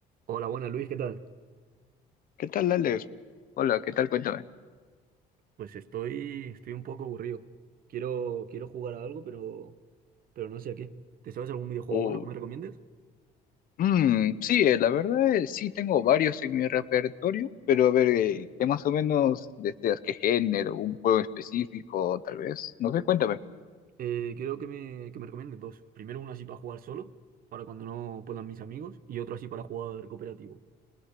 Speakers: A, on the right; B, on the left.
A: Hola, buenas Luis, ¿qué tal?
B: ¿Qué tal, Alex? Hola, ¿qué tal? Cuéntame.
A: Pues estoy, estoy un poco aburrido. Quiero, quiero jugar a algo, pero, pero no sé a qué. ¿Te sabes algún videojuego
B: Oh,
A: bueno que me recomiendes?
B: mm, sí, eh, la verdad eh, sí tengo varios en mi repertorio, pero a ver, eh, ¿qué más o menos deseas? ¿Qué género? ¿Un juego específico, tal vez? No sé, cuéntame.
A: Eh, quiero que me, que me recomiendes dos. Primero uno así para jugar solo, para cuando no puedan mis amigos, y otro así para jugar cooperativo.